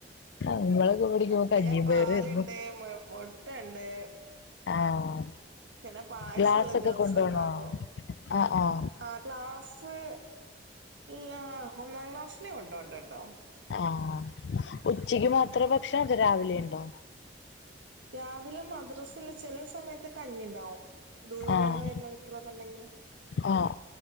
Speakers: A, on the left; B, on the right.
A: നമ്മളൊക്കെ പഠിക്കുമ്പോ
B: പിന്നെ
A: കഞ്ഞിയും
B: പാല്
A: പയറുവായിരുന്നു
B: ണ്ട് മു മുട്ട ണ്ട്
A: ആഹ്
B: പിന്ന പായസ
A: ഗ്ലാസൊക്കെ
B: ള്ള ദെവ്സ
A: കൊണ്ടുപോണോ
B: ണ്ടാകു
A: ആഹ് ആഹ്
B: ആ ക്ലാസ്സ് സ്സ് ല്ലാ ആ ഒന്നാക്ലാസ്സിന് കൊണ്ടോണ്ടെ ണ്ടൊ
A: ആഹ് ഉ ച്ചക്ക് മാത്ര ഭക്ഷണം അതോ രാവിലെയ് ണ്ടൊ
B: രാവിലെ മദ്രസില് ചെല സമയത് ത്ത് കഞ്ഞി ണ്ടാവും ദൂരേന്ന്
A: ആഹ്
B: വെര്ണ കുട്ട്യളൊക്ക ണ്ടെങ്കിൽ
A: ആഹ്